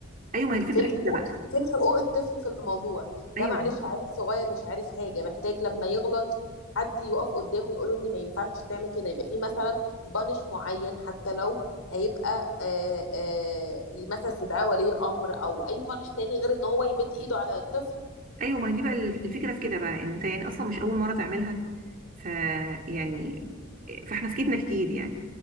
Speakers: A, on the right; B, on the left.
A: ايوه ما هي الفكره
B: فين
A: في
B: حقوق
A: كده بقى
B: فين حقوق الطفل في الموضوع
A: ايوه
B: ده معلش عيل صغير مش عارف حاجه محتاج لما يغلط حد يقف قدامه يقوله ان ما ينفعش تعمل كده يبقى في مثلا بانش معين حتى لو هيبقى آه آه مثلا استدعاء ولي امر او اي بانش تاني غير ان هو يمد ايده على الطفل
A: ايوه ما هي دي بقى الف- الفكره في كده بقى ان انت يعني اصلا مش اول مره تعملها ف يعني فاحنا سكتنا كتير يعني